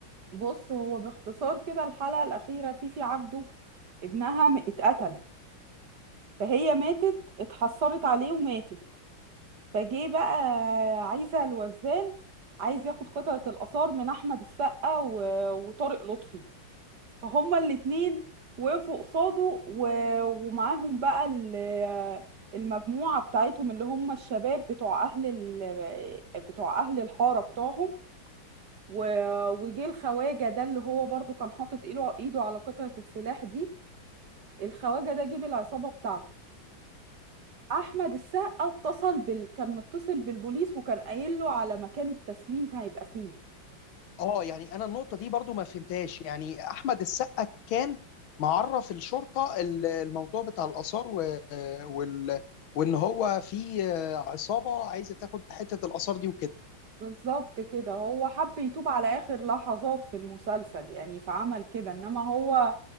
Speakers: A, on the right (about 55°); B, on the left (about 80°).
A: بص هو باختصار كده الحلقة الأخيرة فيفي عبده ابنها م- اتقتل فهي ماتت اتحسرت عليه وماتت فجه بقى عايزة الوزان عايز ياخد قطعة الآثار من أحمد السقا و- وطارق لطفي فهما الاتنين وقفوا قصاده و- ومعاهم بقى ال- المجموعة بتاعتهم اللي هم الشباب بتوع أهل ال... بتوع أهل الحارة بتوعهم و- وجه الخواجة ده اللي هو برضو كان حاطط ايده ايده على قطعة السلاح دي الخواجة ده جه بالعصابة بتاعته احمد السقا اتصل بال... كان متصل بالبوليس وكان قايل له على مكان التسليم هيبقى فيه
B: اه يعني انا النقطه دي برضو ما فهمتهاش يعني احمد السقا كان معرف الشرطه ال- الموضوع بتاع الاثار و... وال... وان هو في آه، عصابه عايزه تاخد حته الاثار دي وكده
A: بالظبط كده هو حب يتوب على اخر لحظات في المسلسل يعني فعمل كده انما هو